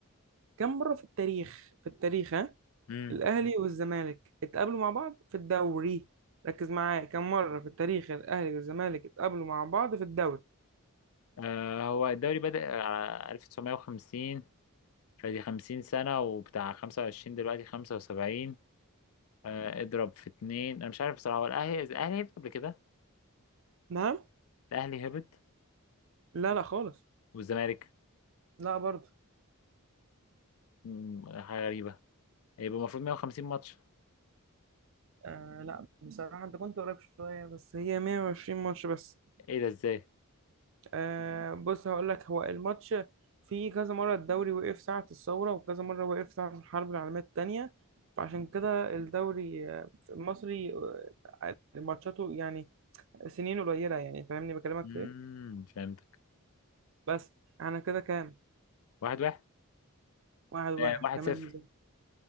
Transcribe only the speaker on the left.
امم
آه هو الدوري بدأ على 1950 فدي خمسين سنة وبتاع خمسة وعشرين دلوقتي خمسة وسبعين آه، اضرب في اتنين أنا مش عارف بصراحة هو الأهلي الأهلي هبط قبل كده
الأهلي هبط
والزمالك
مم، حاجة غريبة هيبقى المفروض 150 ماتش
إيه ده إزاي؟
مم،
فهمتك
واحد واحد
آه،
واحد
صفر